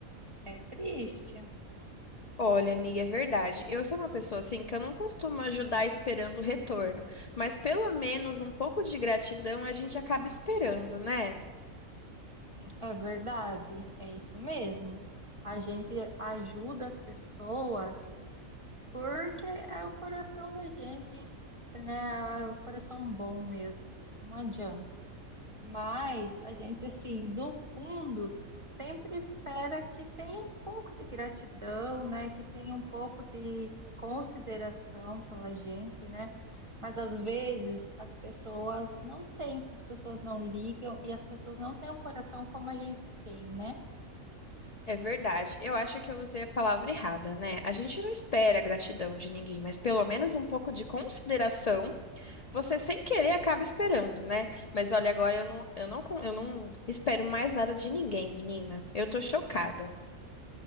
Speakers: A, on the right; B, on the left.
A: É triste.
B: Olha, amiga, é verdade. Eu sou uma pessoa assim que eu não costumo ajudar esperando o retorno, mas pelo menos um pouco de gratidão a gente acaba esperando, né?
A: É verdade, é isso mesmo. A gente ajuda as pessoas porque é o coração da gente, né? É o coração bom mesmo. Não adianta. Mas a gente, assim, no fundo, sempre espera que tenha um pouco de gratidão, né? Que tenha um pouco de consideração pela gente, né? Mas às vezes as pessoas não têm, as pessoas não ligam e as pessoas não têm um coração como a gente tem, né?
B: É verdade. Eu acho que eu usei a palavra errada, né? A gente não espera a gratidão de ninguém, mas pelo menos um pouco de consideração você sem querer acaba esperando, né? Mas olha, agora eu não, eu não, con- eu não espero mais nada de ninguém, menina. Eu tô chocada.